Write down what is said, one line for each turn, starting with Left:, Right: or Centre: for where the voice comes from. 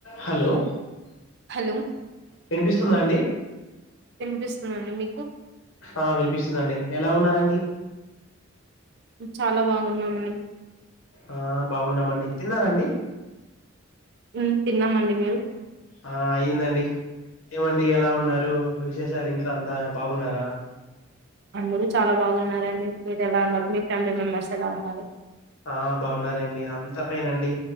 Left: Hello
Right: hello
Left: వినిపిస్తుందా అండి
Right: వినిపిస్తుందండి మీకు
Left: ఆ వినిపిస్తుందండి ఎలా ఉన్నారు అండి
Right: చాలా బాగున్నాం
Left: ఆ బాగున్నామండి తిన్నారా అండి
Right: హ్మ్ తిన్నామండి మీరు
Left: ఆ అయిందండీ ఏమండి ఎలా ఉన్నారు విశేషాలు ఇంట్లో అంతా బాగున్నారా
Right: అందరూ చాలా బాగున్నారండి మీరు ఎలా ఉన్నారు మీ ఫ్యామిలీ మెంబర్స్ ఎలా ఉన్నారు
Left: ఆ బాగున్నారండి అంత ఫైనండి